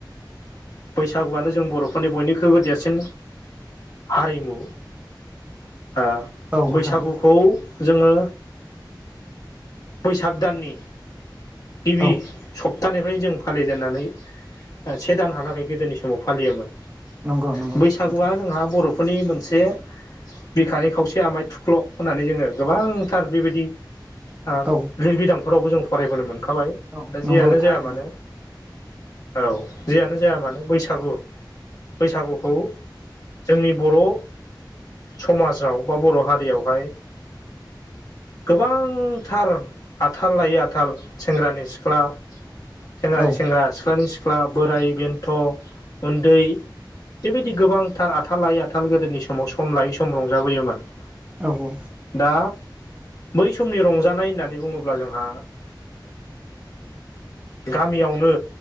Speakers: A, on the left; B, on the right.
A: बैसागुआनो जों बर'फोरनि बयनिख्रुइबो देर सिन हारिमु आ
B: औ
A: बैसागुखौ
B: हारि
A: जोङो बैसाग दाननि गिबि
B: औ
A: सप्तानिफ्रायनो जों फालिजेननानै से दानहालागै गोदोनि समाव फालियोमोन।
B: नंगौ नंगौ
A: बैसागुआ
B: नोंथां
A: जोंहा बर'फोरनि मोनसे बिखानि खावसे आमाय थुख्ल' होननानै जोङो गोबांथार बेबायदि आ
B: औ
A: लिरबिदांफोरावबो जों फरायबोनो मोनखाबाय
B: औ
A: दा
B: नंगौ
A: जियानो
B: थारैनो
A: जाया मानो औ जेयानो जाया मानो बैसागु बैसागुखौ जोंनि बर' समाजाव बा बर' हारियावहाय गोबांथार आथाल लायै आथाल सेंग्रानि सिख्ला सेंग्रानि
B: औ
A: सेंग्रा सिख्लानि सिख्ला बोराइ बेन्थ' उन्दै बेबायदि गोबांथार आथाल लायै आथाल गोदोनि समाव सम लायै सम रंजाबोयोमोन।
B: औ औ।
A: दा बै समनि रंजानाय होननानै बुङोब्ला जोंहा गामियावनो